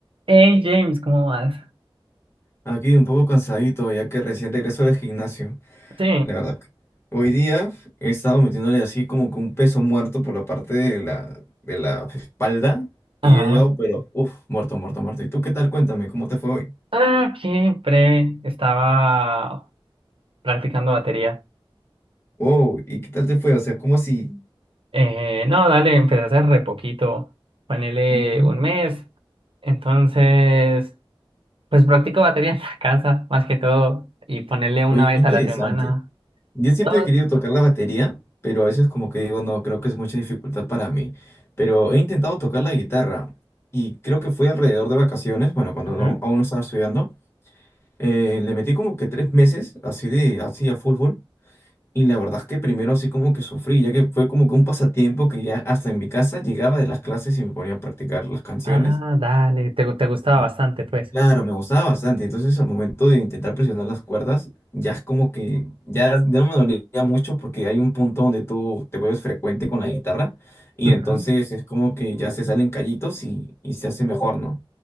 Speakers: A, on the right; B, on the left.
A: Hey James, ¿cómo vas?
B: Aquí un poco cansadito, ya que recién regreso del gimnasio,
A: Sí,
B: la verdad. Hoy día he estado metiéndole así como que un peso muerto por la parte de la, de la espalda y
A: ajá.
B: he llegado, pero uff, muerto, muerto, muerto. ¿Y tú qué tal? Cuéntame, ¿cómo te fue hoy?
A: Ah, qué breve. Estaba practicando batería.
B: Wow, ¿y qué tal te fue? O sea, como si...
A: Eh, no, dale, empecé a hacer re poquito. Ponele
B: Mm,
A: un mes. Entonces, pues practico batería <laughs> en la casa, más que todo. Y ponerle una
B: Oye,
A: vez
B: qué interesante.
A: a la semana.
B: Yo siempre
A: Dos.
B: he querido tocar la batería, pero a veces como que digo, no, creo que es mucha dificultad para mí. Pero he intentado tocar la guitarra y creo que fue alrededor de vacaciones, bueno, cuando
A: Ujú.
B: no- aún no estaba estudiando. Eh, le metí como que tres meses así de así a fútbol y la verdad es que primero así como que sufrí, ya que fue como que un pasatiempo que ya hasta en mi casa llegaba de las clases y me ponía a practicar las canciones
A: Ah, dale, te, gu- te gustaba
B: y
A: bastante, pues.
B: claro, me gustaba bastante, entonces al momento de intentar presionar las cuerdas ya es como que ya, ya no me dolía mucho porque hay un punto donde tú te vuelves frecuente con la guitarra y
A: Ujú.
B: entonces es como que ya se salen callitos y, y se hace mejor, ¿no?